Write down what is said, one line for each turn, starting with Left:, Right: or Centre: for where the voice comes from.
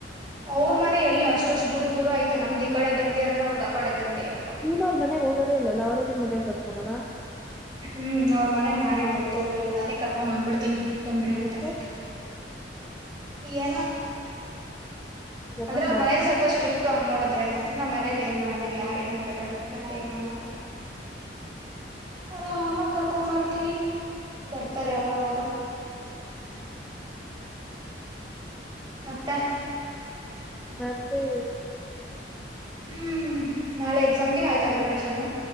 Right: ಅವ್ರ ಮನೆ ಎಲ್ಲಿ ಅಷ್ಟು ದೂರ ದೂರ ಐತೆ ನಮ್ದ ಈಡೆ ದಂಡಿ ಅಂದ್ರೆ ಅವ್ರದ್ ಆ ಕಡೆ ದಂಡಿ ಅಪ್ಪಾ.
Centre: ಇಲ್ಲ ಅವರ ಮನೆಗೆ ಹೋಗದೆ ಇಲ್ಲ ಅವ್ರರಿಗ ಮನೆಗೆ ಹ ಬರ್ತಾರಲ್ಲ.
Right: ಹ್ಮ್ ಅವ್ರ ಮನೆಗ ನಾನೇವತ್ತು ಹೋಗಿಲ್ಲ ನಾನೇ ಕರ್ಕೊಂಡು ಬಂದಬಿಡ್ತೀನಿ. ಬನ್ರೀ ಅಂತ
Centre: ಮತ್ತೆ
Right: ಅನ್ಬಿಟ್ಟು ಏನೋ
Centre: ಹೋಗಕ್
Right: ಅಂದ್ರೆ ಅವ್ರ
Centre: ಮನ್ಸ
Right: ಮೇಲಿ ಸ್ವಲ್ಪ ಸ್ಟ್ರಿಕ್ಟ್ ಹಂಗ ನೋಡ್ರೆ ನಮ್ಮ ಮನೇಲಿ ಏನ್ ನಮ್ಮ ಮನೇಲಿ ಯಾರ ಏನ್ ಅಂತಾರ ಹೇಳು. ಯಾರೇನು ಅನಲ್ಲ. ಹರಾ ಅಮಾಗ ಕರ್ಕೊ ಬರ್ತೀನಿ. ಬರ್ತಾರೆ ಅವಾಗ ಅವಾಗ ಮತ್ತೆ
Centre: ಮತ್ತ <unintelligible>
Right: ಹ್ಮ್ ನಾಳೆ ಎಕ್ಸಾಮ್ಗೆ ಆಯ್ತಾ ಪ್ರಿಪರೇಷನ್.